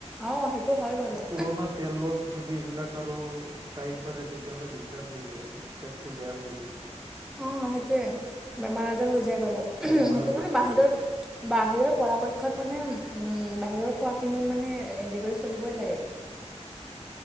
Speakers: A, in the centre; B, on the right (about 30°).
A: অ' সেইটো হয় বাৰু।
B: পুৰণা তেলত যদি এইবিলাক আৰু ফ্ৰাই কৰে, তেতিয়া হ'লে দিগদাৰ হৈ যায় আৰু পেটটো বেয়া হৈ যায়।
A: অ' সেইটোৱে বেমাৰ-আজাৰ হৈ যায় বাৰু। সেইটো
B: বেমাৰ আজাৰ
A: কাৰণে
B: হৈ
A: বাহিৰৰ
B: যায় আৰু
A: বাহিৰৰ পৰাপক্ষত মানে, বাহিৰৰ খোৱাখিনি মানে হেৰি কৰি চলিবই লাগে।